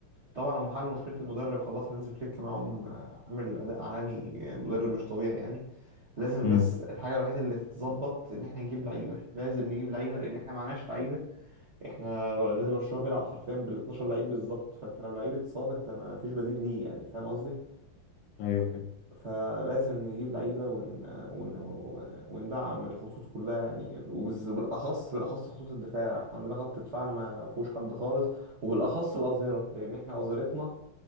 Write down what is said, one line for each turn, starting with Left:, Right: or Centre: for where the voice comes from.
Right: طبعا هم حلوا مشكلة المدرب خلاص هانز فليك معاهم آه، عامل أداء عالمي آه، مدرب مش طبيعي يعني لازم
Left: امم
Right: بس الحاجة الوحيدة اللي تتظبط إن إحنا نجيب لعيبة لازم نجيب لعيبة لأن إحنا معناش لعيبة إحنا نادي برشلونة بيلعب حرفيا بال 12 لعيب بالظبط فأنت لو لعيب اتصاب أنت ما فيش بديل ليه يعني فاهم قصدي؟
Left: ايوه فاهم
Right: فلازم نجيب لعيبة ون... ون... وندعم الخطوط كلها يعني وبز- وبالأخص بالأخص خطوط الدفاع احنا عندنا خط دفاعنا ما فيهوش حد خالص وبالأخص الأظهرة لأن احنا أظهرتنا